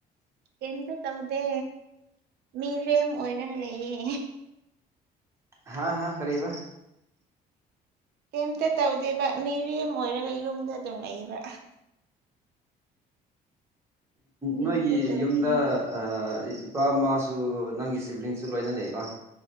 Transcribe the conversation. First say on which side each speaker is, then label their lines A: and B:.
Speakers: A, on the right; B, on the right.
A: ꯀꯩꯝꯇ ꯇꯧꯗꯦ ꯃꯤꯔꯦꯝ ꯑꯣꯏꯔꯒ ꯂꯩꯌꯦ
B: ꯍꯥ ꯍꯥ ꯀꯔꯤꯕꯥ
A: ꯀꯩꯝꯇ ꯇꯧꯗꯦꯕ ꯃꯤꯔꯦꯝ ꯑꯣꯏꯔꯒ ꯌꯨꯝꯗ ꯗꯨꯝ ꯂꯩꯌꯦꯕ ꯀꯩꯝꯇ
B: ꯅꯣꯏꯒꯤ
A: ꯇꯧꯗꯦ
B: ꯌꯨꯝꯗ ꯑ ꯏꯄꯥ ꯃꯥꯁꯨ ꯅꯪꯒꯤ ꯁꯤꯕ꯭ꯂꯤꯡꯁꯨ ꯂꯣꯏꯅ ꯂꯩꯀꯣ